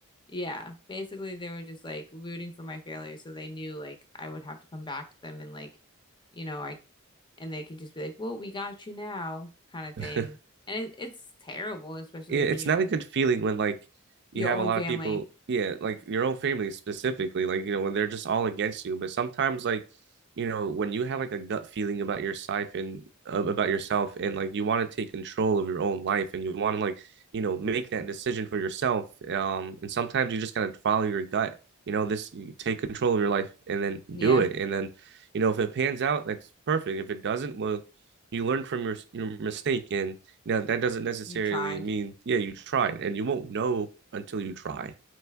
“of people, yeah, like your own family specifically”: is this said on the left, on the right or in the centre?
Right